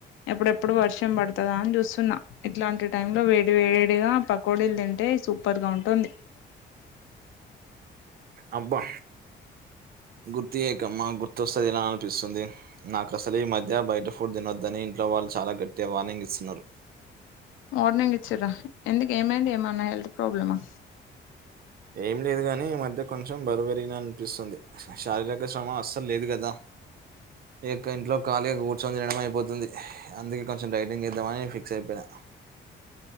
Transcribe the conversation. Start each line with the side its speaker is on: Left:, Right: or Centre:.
Left: ఎప్పుడెప్పుడు వర్షం పడుతదా అని చూస్తున్నా ఇట్లాంటి టైమ్ లో వేడి వేడిగా పకోడీలు తింటే సూపర్ గా ఉంటుంది
Right: అబ్బా గుర్తు చేయకమ్మా గుర్తొస్తు ఉంది తినాలనిపిస్తుంది నాకు అసలీ ఈ మధ్య బయట ఫుడ్ తినొద్దని ఇంట్లో వాళ్ళు చాలా గట్టి వార్నింగ్ ఇస్తున్నారు
Left: వార్నింగ్ ఇచ్చరా ఎందుకు ఏమైంది ఏమన్న హెల్త్ ప్రాబ్లమా
Right: ఏం లేదు గాని ఈ మధ్య కొంచెం బరువు పెరిగిన అనిపిస్తుంది శారీరక శ్రమ అస్సలు లేదు కదా
Left: <inaudible>
Right: ఇక ఇంట్లో ఖాళీగా కూర్చొని తినడం అయిపోతుంది అందుకే కొంచెం డైటింగ్ చేద్దామని ఫిక్స్ అయిపోయ